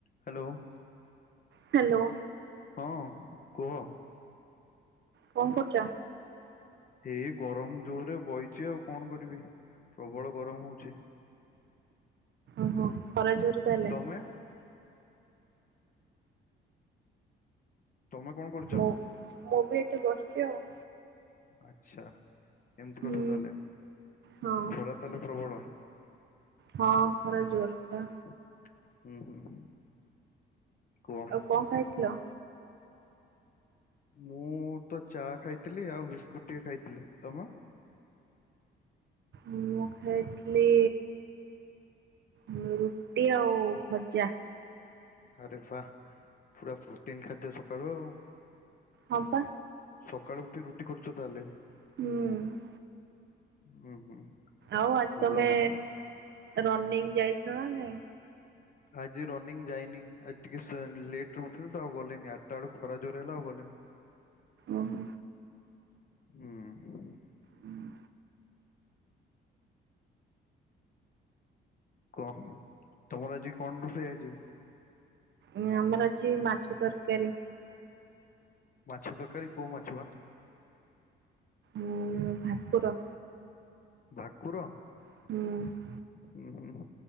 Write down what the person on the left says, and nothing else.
Hello.
ହଁ କୁହ।
ଏଇ ଗରମ ଜୋରେ ବଇଚି ଆଉ କଣ କରିବି। ପ୍ରବଳ ଗରମ ହୋଊଚି।
ତମେ ତମେ କଣ କରୁଛ
ଆଛା ଏମିତି
କଥା ତାହେଲେ।
ଖରା ତାହେଲେ ପ୍ରବଳ
ହୁଁ ହୁଁ କୁହ।
ମୁଁ ତ ଚା ଖାଇଥିଲି ଆଉ ବିସ୍କୁଟ ଟିକେ ଖାଇଥିଲି ତମ।
ଆରେ ବା ପୁରା ପ୍ରୋଟିନ ଖାଦ୍ୟ ସକାଳୁ ଆଉ।
ସକାଳୁ ଉଠି ରୁଟି କରୁଚ ତାହେଲେ।
ହୁଁ ହୁଁ।
ଭଲ
ଭଲ
ଆଜି ରନିଂ ଯାଇନି ଆଜି ଟିକେ ସୋ ଲେଟ୍ରେ ଉଠିଲି ତ ଆଉ ଗଲେନି ଆଠଟା ବେଳକୁ ଖରା ଜୋରେ ହେଲା ଆଉ ଗଲିନି।
ହୁଁ।
କହ ତମର ଆଜି କଣ ରୋଷେଇ ଆଜି?
ମାଛ ତରକାରୀ କୋଉ ମାଛ ବା
ଭାକୁର?
ହୁଁ ହୁଁ